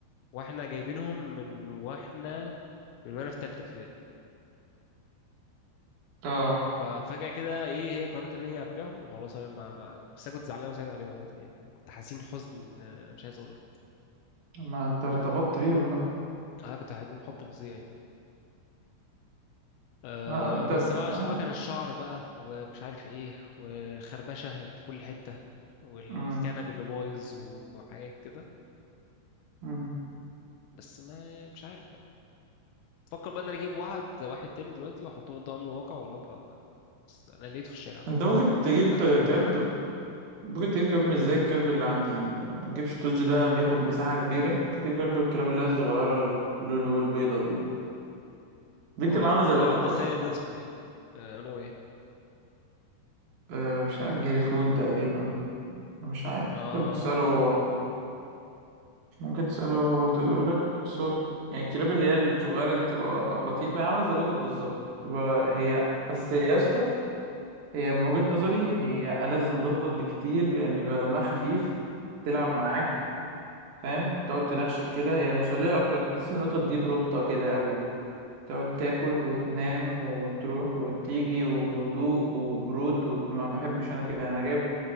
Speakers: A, on the left (about 80°); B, on the right (about 70°).
A: واحنا جايبينهم من واحنا من وانا في تالتة ابتدائي
B: اه
A: ففجأة كده ايه هي قررت ان هي هتبيعهم وخلاص انا ما ما- بس انا كنت زعلان وسعيد عليهم عامة يعني كنت حزين حزن آه، مش عايز اقول لك
B: ما انت ارتبطت بيهم بقى
A: انا كنت بحبهم حب فظيع يعني أه
B: آه انت
A: بس
B: آه.
A: بقى عشان بقى كان الشعر بقى ومش عارف ايه وخربشة اللي في كل حتة والكنب
B: مم.
A: اللي بايظ وحاجات كده
B: مم.
A: بس ما يعني مش عارف بفكر بقى ان انا اجيب واحد واحد تاني دلوقتي واحطهم قدام الواقع واقول لهم خلاص بقى. بس انا لقيته في الشارع
B: انت ممكن تجيب
A: حد دوري
B: كلب ممكن تجيب كلب مش زي الكلب اللي عندي ما ما تجيبش التوج ده بياخد مساحة كبيرة ممكن تجيب كلب الكلاب اللي هي الصغيرة اللولو البيضة دي دي بتبقى
A: هو اللي عند-
B: عاملة زي
A: اللي
B: القطط
A: عند
B: أصلا
A: خالد ده اسمه ايه آه، نوع ايه
B: أه مش عارف جريفون تقريبا أنا مش عارف
A: اه
B: ممكن تسأله هو ممكن تسأله هو برضه يقول لك بس هو يعني الكلاب اللي هي الصغيرة دي بتبقى لطيفة هي عاملة زي القطط بالظبط بتبقى هي بس يا اسطى هي من وجهة نظري هي ألزم القطط بكتير لأن بيبقى دمها خفيف تلعب معاك فاهم بتقعد تنخشك كده هي مسلية أكتر تحس إن القطط دي بروتة كده أوي تقعد تاكل وتنام وتروح وتيجي وهدوء وبرود وما بحبش أنا كده أنا جايب